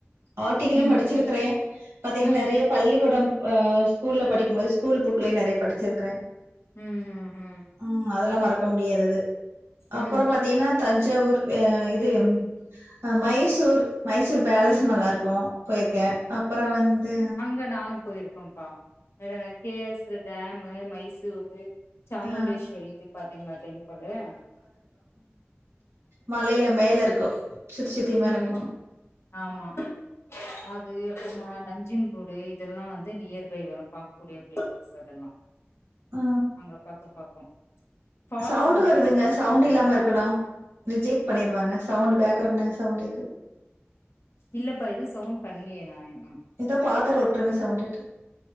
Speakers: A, on the right; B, on the left.
A: ஆர்டிகிளயும்
B: ம் ம்
A: படிச்சிருக்குறே
B: ம்
A: பாத்தீங்கன்னா
B: ம்
A: நெறய பள்ளிக்கூடம் அ ஸ்கூல்ல படிக்கும்போது ஸ்கூல் புக்குலயு நெறைய படிச்சிருக்கிறே
B: ம் ம் ம்
A: ம் அதெல்லா மறக்க முடியாதது அப்பறம்
B: ம்
A: பாத்தீங்கன்னா தஞ்சாவூர் அ இது ஆ மைசூர் மைசூர் பேலஸ்
B: ம்
A: நல்லா இருக்கு போயிருக்கே அப்பறம் வந்து
B: இங்க நானும் போயிருக்கோம்பா வேற கே எஸ் டேமு மைசூரு சாமுண்டேஸ்வரி
A: ஆ
B: இது பாத்தீங்களா டெம்புளு
A: மலைல மேல இருக்கு சுத்தி சுத்தி
B: இருக்கு
A: மேல
B: ம்
A: போனு
B: ஆமா அது அப்பறமா நஞ்சன்கூடு இதெல்லா வந்து நியர் பை வரு பாக்க கூடிய பிளேசஸ் அதெல்லா
A: ஆ
B: அங்க பக்கோ பக்கோ ஃபால்ஸ்
A: சவுண்ட்
B: ஒண்ணு
A: வருதுங்க
B: இருந்துச்சு அது
A: சவுண்ட்
B: பாத்தீங்களா
A: இல்லாம இருக்கணு ரிஜெக்ட் பண்ணிருவாங்க சவுண்ட் பேக்ரவுண்ட் நாய்ஸ் சவுண்ட் கேக்குது
B: இல்லப்பா எது சவுண்ட் பண்லியே நா இன்னு
A: எதோ பாத்திரோ உருட்டுற மாறி சவுண்ட் கேட்டுது